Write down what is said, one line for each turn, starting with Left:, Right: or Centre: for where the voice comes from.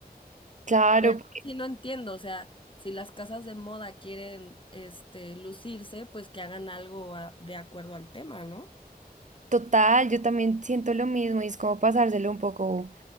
Right: claro,
Left: pero
Right: porque-
Left: sí no entiendo, o sea, si las casas de moda quieren, este, lucirse, pues que hagan algo a- de acuerdo al tema, ¿no?
Right: total, yo también siento lo mismo y es como pasárselo un poco.